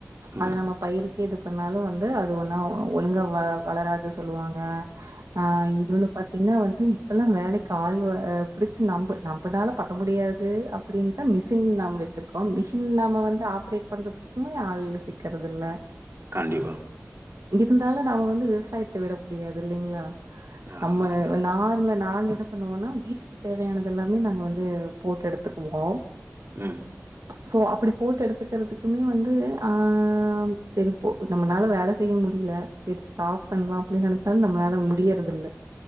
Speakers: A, on the right (about 50°); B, on the right (about 85°).
A: ம்.
B: அத நம்ம பயிருக்கே எது இப்பனாலு வந்து அது ஒன்னா ஒழுங்கா வ வளராது சொல்லுவாங்க ஆ இன்னொன்னு பாத்தீங்கின்னா வந்து இப்பெல்லா வேலைக்கு ஆள் வ புடிச்சி நம்ப நம்பமனால பண்ண முடியாது அப்பிடின் தா மிஷின் நம் வச்சிருக்கோ மிஷின் நாம வந்து ஆப்ரேட் பண்ணுறதுக்குமே ஆள் சிக்கறதில்ல
A: காண்டிப்பா
B: இங்க இருந்தாலு நாம வந்து விவசாயத்த விட முடியாது இல்லிங்களா
A: ஆமாமா.
B: நம்மள வந் நார்மலா நாங்க ட்ட பண்ணுவோன்னா வீட்டுக் தேவையானதுல்லாமே நாங்க வந்து போட்டு எடுத்துக்குவோ
A: ம்
B: சோ அப்புடி போட்டு எடுத்துக்கறதுக்குமே வந்து ஆ சேரி போ நம்மனால வேல செய்ய முடியல சேரி ஸ்டாப் பண்ணலா அப்பிடின்னு நெனச்சாலு நம்மளால முடியறது இல்ல